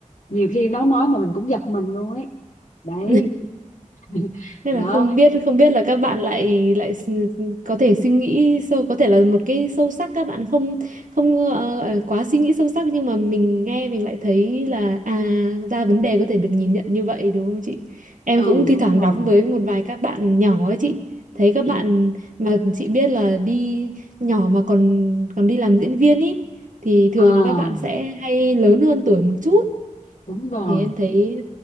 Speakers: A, on the left; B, on the right.
A: nhiều khi nó nói mà mình cũng giật mình luôn ấy đấy
B: <laughs>
A: <laughs>
B: nên
A: đó
B: là không biết không biết là các bạn lại lại s- có thể suy nghĩ sâu có thể là một cái sâu sắc các bạn không không ờ, ờ, quá suy nghĩ sâu sắc nhưng mà mình nghe mình lại thấy là à ra vấn đề có thể được nhìn nhận như vậy đúng không chị em
A: ừ
B: cũng thi
A: đúng
B: thoảng
A: rồi
B: đóng với một vài các bạn nhỏ ấy chị thấy các
A: ừ.
B: bạn mà chị biết là đi nhỏ mà còn còn đi làm diễn viên ý thì thường
A: à
B: là các bạn sẽ hay lớn hơn tuổi một chút
A: đúng rồi
B: thì em thấy